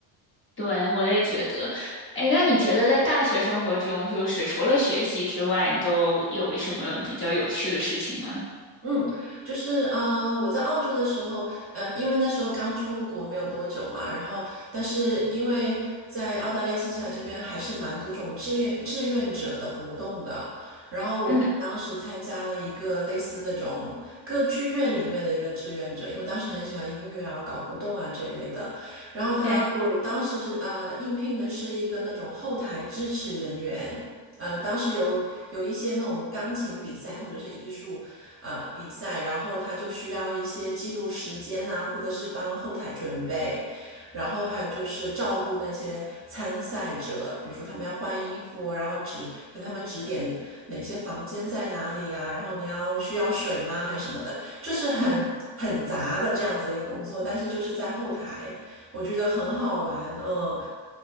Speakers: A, on the left; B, on the right.
A: 对，我也觉得。哎，那你觉得在大学生活中，就是除了学习之外，你都有什么比较有趣的事情吗？
B: 嗯，就是呃，我在澳洲的时候，呃，因为那时候刚出国没有多久嘛，然后但是因为在澳大利亚、新西兰这边还是蛮多种志愿志愿者的活动的，然后我就当时参加了一个类似那种歌剧院里面的一个志愿者，
A: 嗯，
B: 因为我当时很喜欢音乐啊、搞活动啊这一类的，然后他我当时是呃应聘的是一个那种后台支持人员。
A: 对，
B: 呃，当时有有一些那种钢琴比赛或者是艺术呃比赛，然后他就需要一些记录时间啊，或者是帮后台准备，然后还有就是照顾那些参赛者，比如说他们要换衣服，然后指给他们指点哪些房间在哪里啊，然后你要需要水吗，还什么的，就是很很杂的这样子一个工作，
A: 嗯，
B: 但是就是在后台，我觉得很好玩，嗯、